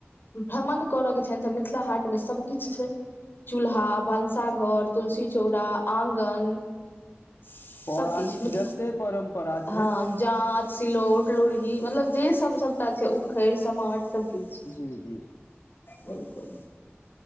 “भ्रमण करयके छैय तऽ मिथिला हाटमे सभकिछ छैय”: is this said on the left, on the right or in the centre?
Left